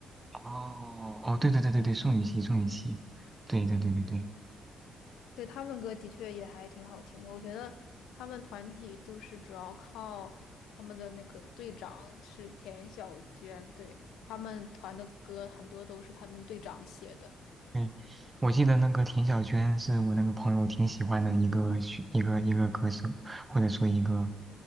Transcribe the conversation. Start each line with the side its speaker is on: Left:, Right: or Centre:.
Right: 哦哦，对对对对对，宋雨琦，宋雨琦，对对对对对。
Left: 对，他们歌的确也还挺好听的，我觉得他们团体就是主要靠他们的那个队长是田小娟，对，他们团的歌很多都是他们队长写的。
Right: 对，我记得那个田小娟是我那个朋友挺喜欢的一个选一个一个歌手，或者说一个